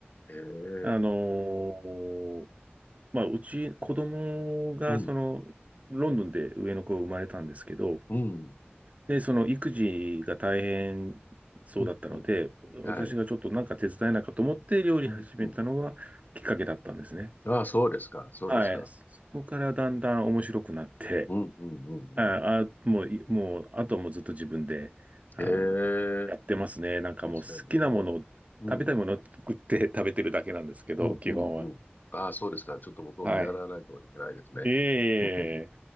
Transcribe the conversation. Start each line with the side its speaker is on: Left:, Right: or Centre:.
Left: ええ、
Right: あのーまあ、うち、子供が、
Left: うん、
Right: その、ロンドンで上の子が生まれたんですけど、
Left: うん、
Right: で、その育児が大変そうだったので、
Left: うん、うん。はい。
Right: 私がちょっとなんか手伝えないかと思って料理始めたのがきっかけだったんですね。
Left: うん、うん。ああ、そうですか。そうですか。
Right: はい。そこからだんだん面白くなって、
Left: うん、うん、うん、うん。
Right: ああ、もうい、もう、あとはもうずっと自分で、あの、
Left: ええ、
Right: やってますね。なんかもう好きなもの、
Left: いいですね。僕も。うん、
Right: 食べたいものを作って <laughs> 食べてるだけなんですけど、
Left: うん、
Right: 基本は。
Left: うん、うん。ああ、そうですか。ちょっと僕を見習わないといけないですね。
Right: はい。ええ
Left: <laughs> うんうんうん